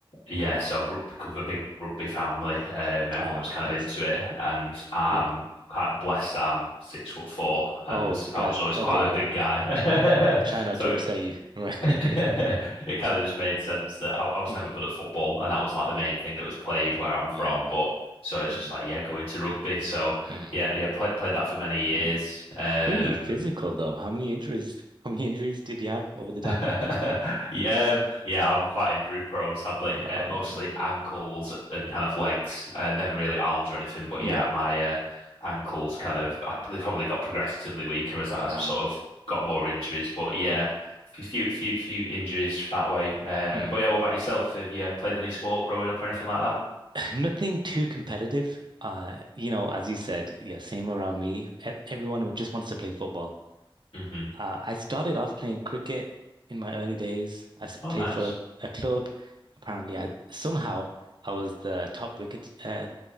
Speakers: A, on the left (about 85°); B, on the right (about 55°).
A: yeah,
B: Mm.
A: so rugby, come from a big rugby family. Um, everyone
B: Ah,
A: was kind
B: nice.
A: of into it, and I'm
B: Yeah.
A: quite blessed that I'm six foot four, and
B: Oh
A: I
B: God.
A: was always
B: Okay,
A: quite a
B: yeah.
A: big guy.
B: I'll try
A: <laughs>
B: not
A: So
B: to
A: it
B: upset you. <laughs> Right.
A: <laughs> It
B: <laughs>
A: kind of just made sense that I, I was
B: hmm
A: never good at football, and that was like the
B: Yeah.
A: main thing that was played where I'm
B: Yeah.
A: from. But so it's
B: hmm
A: just like, yeah, going to rugby. So
B: mm
A: yeah, yeah, played played that for many years.
B: Mm.
A: Um,
B: Pretty physical though. How many injuries? <laughs> How many injuries did you have over the time?
A: <laughs> Yeah, um, yeah, I'm quite injury prone, sadly.
B: Oh
A: Uh, mostly
B: man.
A: ankles and kind of legs. Uh, never really arms or anything, but
B: Yeah.
A: yeah, my uh, ankles kind of I, they probably got progressively weaker as I- as
B: Ah,
A: I sort of got more injuries. But yeah,
B: no.
A: few few few, few injuries that way. Uh,
B: Mm.
A: but yeah, what about yourself? Have you played any sport growing up or anything like that?
B: <laughs> Nothing too competitive. Uh, you know, as you said, yeah, same around me. E- Everyone would- just wants to play football.
A: hmm
B: Uh, I started off playing cricket in my early days. I s-
A: Oh,
B: played
A: nice,
B: for a, a club. Apparently, I somehow I was the top wicket uh,